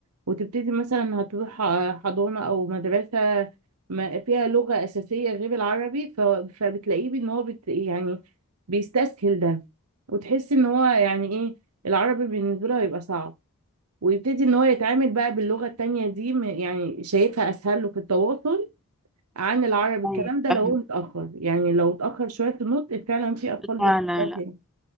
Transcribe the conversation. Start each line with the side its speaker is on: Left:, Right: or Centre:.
Right: وتبتدي مثلا هتروح ح- حضانة أو مدرسة ما فيها لغة أساسية غير العربي ف- فبتلاقيه إن هو بت يعني بيستسهل ده وتحسي إن هو يعني إيه العربي بالنسبة له هيبقى صعب ويبتدي إن هو يتعامل بقى باللغة التانية دي م- يعني شايفها أسهل له في التواصل عن العربي
Centre: أيوة
Right: الكلام ده
Centre: فاهمة.
Right: لو هو متأخر يعني لو اتأخر شوية في النطق فعلا في أطفال بيحتاجوها
Centre: لا لا لا
Right: كده